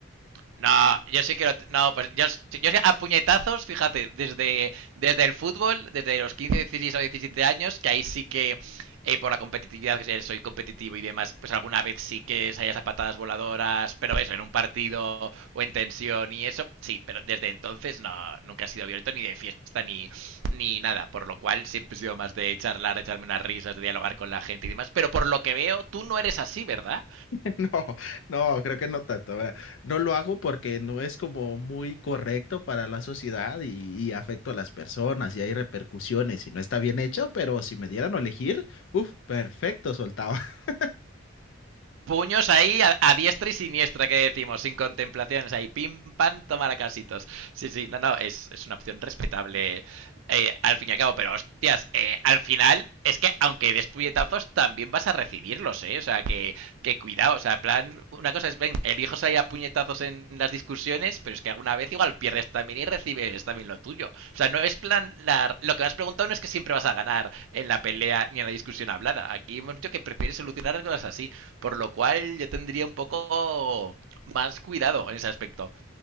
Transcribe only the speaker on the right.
No, yo sí quiero. No, pues yo, sí, yo sí, a puñetazos, fíjate, desde, desde el fútbol, desde los 15, 16 o 17 años, que ahí sí que eh, por la competitividad, que soy competitivo y demás, pues alguna vez sí que salías a patadas voladoras, pero eso, en un partido o en tensión y eso, sí, pero desde entonces no, nunca he sido violento ni de fiesta ni, ni nada, por lo cual siempre he sido más de charlar, de echarme unas risas, de dialogar con la gente y demás, pero por lo que veo, tú no eres así, ¿verdad?
puños ahí a, a, diestra y siniestra, que decimos, sin contemplaciones, ahí pim, pam, tomar a casitos. Sí, sí, no, no, es, es una opción respetable eh, al fin y al cabo, pero hostias, eh, al final es que aunque des puñetazos, también vas a recibirlos, ¿eh? O sea, que, que cuidado, o sea, plan, una cosa es, ven, elijos ahí a puñetazos en las discusiones, pero es que alguna vez igual pierdes también y recibes también lo tuyo. O sea, no es plan, la, lo que me has preguntado no es que siempre vas a ganar en la pelea ni en la discusión hablada. Aquí hemos dicho que prefieres solucionar las cosas así. Por lo cual yo tendría un poco más cuidado en ese aspecto.